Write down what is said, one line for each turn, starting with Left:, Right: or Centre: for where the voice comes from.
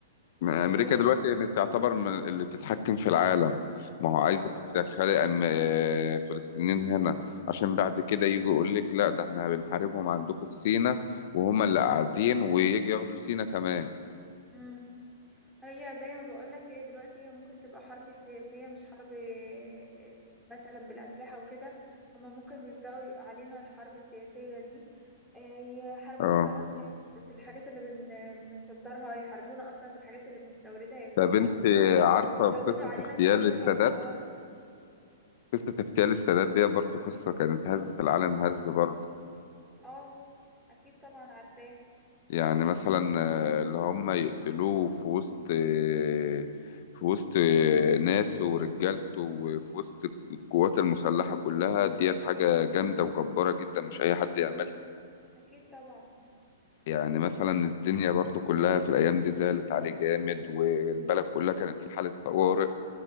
Left: ما
Centre: آه،
Left: امريكا دلوقتي يعني تعتبر من اللي تتحكم في العالم ما
Centre: اكيد
Left: هو عايزك
Centre: طبعا
Left: تدخلي أم آه، فلسطينيين هنا عشان بعد كده يجوا يقول لك لا ده احنا بنحاربهم عندكم في سينا وهم اللي قاعدين ويجي ياخدوا سينا كمان
Centre: مم. هي زي ما بقولك هي دلوقتي هي ممكن تبقى حرب سياسية مش حرب آه، مثلا بالأسلحة وكده هما ممكن بيبدأوا ي- علينا الحرب السياسية دي آه، يحاربونا
Left: اه
Centre: بقى في في الحاجات اللي بن بنصدرها يحاربونا أصلا في الحاجات اللي بنستوردها يمنعوها
Left: طب انت
Centre: عندنا
Left: عارفه بقصه
Centre: يزودوا علينا
Left: اغتيال
Centre: شوية
Left: السادات
Centre: الأسعار
Left: قصه اغتيال السادات دي برضو قصه كانت هزت العالم هزه برضو
Centre: اه أكيد طبعا عارفاه
Left: يعني مثلا آه، اللي هم يقتلوه في وسط آه، في وسط آه، ناسه ورجالته وفي وسط القوات المسلحة كلها ديت حاجة جامدة وجبارة جدا مش أي حد يعملها
Centre: أكيد طبعا
Left: يعني مثلا الدنيا برضو كلها في الأيام دي زعلت عليه جامد والبلد كلها كانت في حالة طوارئ